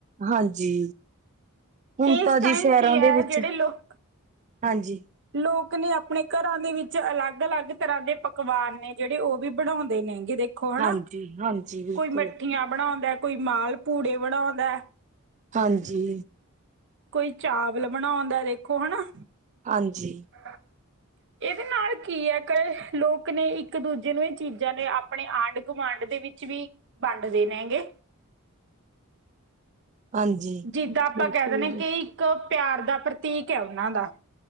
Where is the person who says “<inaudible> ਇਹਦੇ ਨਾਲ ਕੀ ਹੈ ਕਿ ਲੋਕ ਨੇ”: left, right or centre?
Right